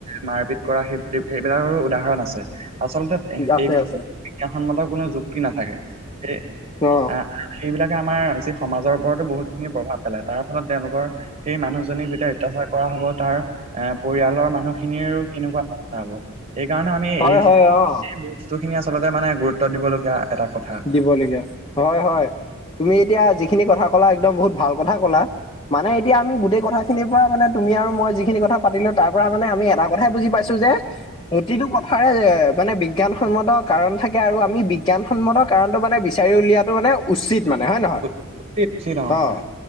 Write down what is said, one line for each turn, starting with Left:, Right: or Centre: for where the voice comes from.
Right: মাৰ পিত কৰা সেই সেইবিলাকৰো উদাহৰণ আছে আচলতে এ
Left: আছে
Right: এই
Left: আছে
Right: বিজ্ঞান সন্মত কোনো যুক্তি নাথাকে সেই
Left: অ
Right: আ আৰু সেইবিলাকে আমাৰ যি সমাজৰ ওপৰতো বহুতখিনি প্ৰভাৱ পেলাই তাৰ ফলত তেওঁলোকৰ সেই মানুহজনীক যেতিয়া অত্যাচাৰ কৰা হব তাৰ এ পৰিয়ালৰ মানুহ খিনিৰ কেনেকুৱা অৱস্থা হব সেইকাৰণে আমি
Left: হয়
Right: এই
Left: হয় অ
Right: এই ইখিনি আচলতে মানে গুৰুত্ব দিবলগীয়া এটা কথা।
Left: দিবলগীয়া হয়-হয় তুমি এতিয়া যিখিনি কথা ক'লা একদম বহুত ভাল কথা ক'লা। মানে এতিয়া আমি গোটেই কথা সেইখিনিৰ পৰা মানে তুমি আৰু মই যিখিনি কথা পাতিলোঁ তাৰ পৰা মানে আমি এটা কথাই বুজি পাইছোঁ যে প্ৰতিটো কথাৰে যে মানে বিজ্ঞানসন্মত কাৰণ থাকে আৰু আমি বিজ্ঞানসন্মত কাৰণটো মানে বিচাৰি উলিয়াটো মানে উচিত মানে হয় নে নহয়
Right: উচিত
Left: অ।
Right: হয়